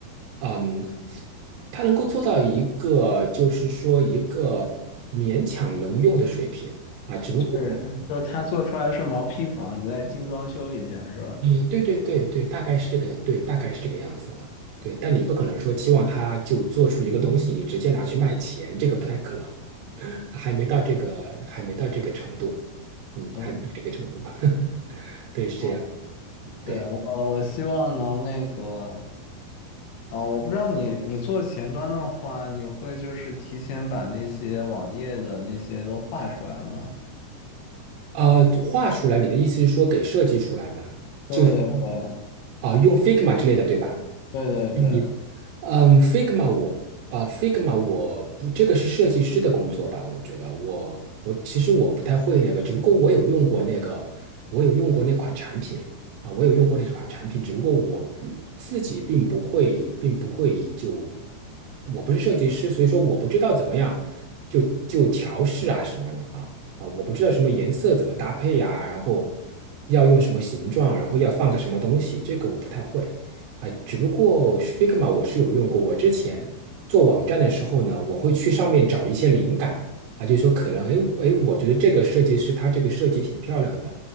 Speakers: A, on the right (about 80°); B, on the left (about 75°).
A: 嗯，他能够做到一个就是说一个勉强能用的水平啊。只不过。
B: 就是就他做出来是毛坯房，你再精装修一下是吧？
A: 也对对对对，大概是这个，对，大概是这个样子啊。对，但你不可能说期望他就做出一个东西，你直接拿去卖钱，这个不太可能，<laughs> 还没到这个，还没到这个程度，嗯，
B: 嗯，
A: 还没到这个程度。<laughs> 对，是这样。
B: 我
A: 对，
B: 对我我希望能那个，嗯，我不知道你你做前端的话，你会就是提前把那些网页的那些都画出来吗？
A: 呃，画出来，你的意思是说给设计出来吗？
B: 对对对
A: 就是啊、用 Figma 之类的，对吧？
B: 对对对。
A: 这个意思。嗯，Figma 我啊，Figma 我不，这个是设计师的工作吧？我觉得我不，其实我不太会那个，只不过我有用过那个，我有用过那款产品啊，我有用过那款产品，只不过我自己并不会，并不会就，我不是设计师，所以说我不知道怎么样就就调试啊什么的啊啊，我不知道什么颜色怎么搭配呀、然后要用什么形状，然后要放个什么东西，这个我不太会啊，只不过 Figma 我是有用过，我之前做网站的时候呢，我会去上面找一些灵感啊，就说可能，哎哎，我觉得这个设计师他这个设计挺漂亮的，